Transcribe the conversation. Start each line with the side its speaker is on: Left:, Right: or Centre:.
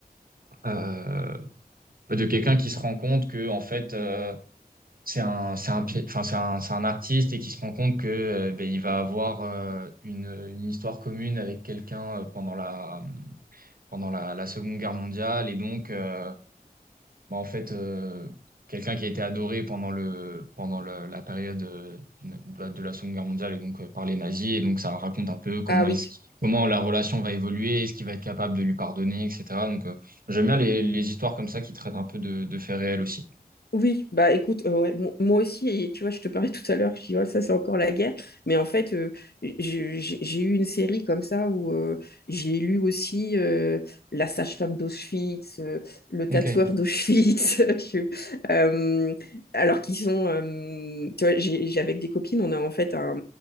Right: euh, de quelqu'un qui se rend compte que en fait euh, c'est un c'est un pi- enfin c'est un c'est un artiste et qui se rend compte que euh, ben, il va avoir euh, une une histoire commune avec quelqu'un euh, pendant la pendant la, la Seconde Guerre mondiale et donc euh, bah, en fait, euh, quelqu'un qui a été adoré pendant le, pendant le- la période euh, de de la Seconde Guerre mondiale et donc euh, par les nazis. Et donc, ça raconte un peu comment
Left: Ah oui,
Right: est-ce, qu'- comment la relation va évoluer, est-ce qu'il va être capable de lui pardonner, etc. Donc, euh, j'aime bien les, les histoires comme ça qui traitent un peu de, de faits réels aussi.
Left: Oui, bah écoute, euh, ouais, mon- moi aussi, et tu vois, je te parlais tout à l'heure, je dis, oh, ça c'est encore la guerre, mais en fait, euh, j'ai j'ai- j'ai eu une série comme ça où euh, j'ai lu aussi euh, La sage-femme d'Auschwitz, euh, Le
Right: Ok.
Left: tatoueur d'Auschwitz, <laughs> tu- euh, alors qu'ils sont, euh, tu vois, j'ai j'ai- avec des copines, on a en fait un,